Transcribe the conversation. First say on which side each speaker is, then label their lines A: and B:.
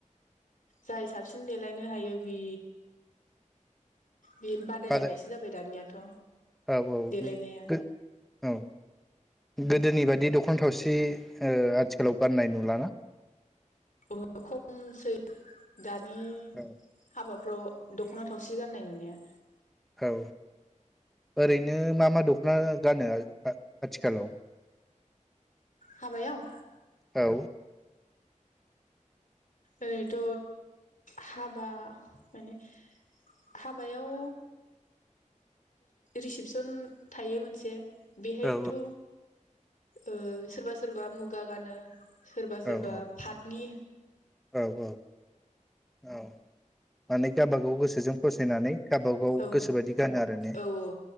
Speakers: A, on the left; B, in the centre.
A: जाय साबसिन देलायनो हायो बि बे बादायलायनायसो
B: बाजार
A: जाबाय दानियाथ'
B: औ औ
A: देलायनाया
B: औ गोदोनि बायदि दख'ना थावसि ओ आथिखालाव गाननाय नुलाना
A: अ खमसै दानि
B: औ
A: हाबाब फाव दख'ना थावसि गान्नाय नुनाया
B: औ ओरैनो मा मा दख'ना गानो आथिखालाव
A: हाबायाव
B: औ
A: ओरैथ' हाबा माने हाबायाव रिसिपसन थायो मोनसे बिहायथ'
B: औ
A: ओ सोरबा सोरबा मु गा गानो सोरबा
B: औ
A: सोरबा पाथनि
B: औ औ औ माने गावबागाव गोस गोसोजों फसायनानै गावबागाव
A: औ
B: गोसोबायदि गानो आरो ने
A: औ औ